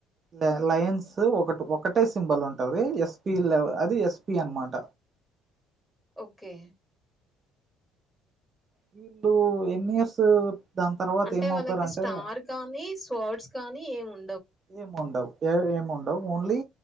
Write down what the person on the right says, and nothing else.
ల లైన్స్ ఒకటి ఒకటే సింబల్ ఉంటది ఎస్పి ల అది ఎస్పి అనమాట
వీళ్ళు ఎన్ని ఇయర్స్ దాని తర్వాత
ఏమవుతారంటే
ఏ ఉండవ్ ఏ ఏమి ఉండవు ఓన్లీ